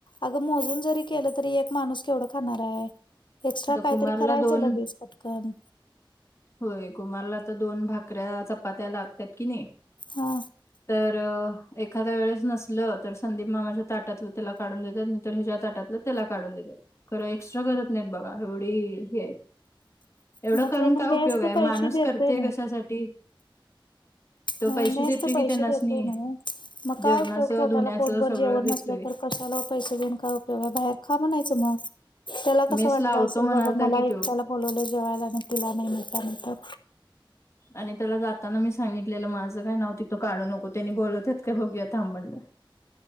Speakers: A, on the left; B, on the left.
A: अगं मोजून जरी केलं तरी एक माणूस केवढा खाणार आहे. एक्स्ट्रा
B: तर
A: कायतरी
B: कुमारला
A: करायचं
B: दोन
A: लगेच पटकन.
B: होय कुमारला तर दोन भाकऱ्या चपात्या लागतात की नाही.
A: हा
B: तर एखाद्या वेळेस नसल तर संदीप मामाच्या ताटातलं त्याला काढून देतात नाही तर ह्याच्या ताटात त्याला काढून देतात. खरं एक्स्ट्रा करत नाहीत बघा एवढी हे आहे. एवढं
A: मग
B: करून
A: त्याने
B: काय
A: मेसच
B: उपयोग आहे? माणूस
A: पैसे देतोय
B: करते कशासाठी? तो
A: नाहीच
B: पैसे देतोय
A: तर
B: की
A: पैसे
B: त्यांनासनी
A: देतोय नाही मग
B: जेवणाचं
A: काय पोटाला
B: धुण्याचं
A: पोटभर
B: सगळं
A: जेवण
B: देतोय
A: नसल तर.. कशाला पैसे देऊन काय उपयोग आहे बाहेर खा म्हणायचं मग. त्याला कसं
B: मेस
A: वाटलं
B: लावतो
A: असेल
B: म्हणालता
A: बाबा मला
B: की
A: एकट्याला
B: तो
A: बोलवलं जेवायला आणि तिला नाही म्हटलं
B: आणि त्याला जाताना मी सांगितलेलं माझं काय नाव तिथं काढू नको. त्यांनी बोलवत्यात काय बघुया थांब म्हणलं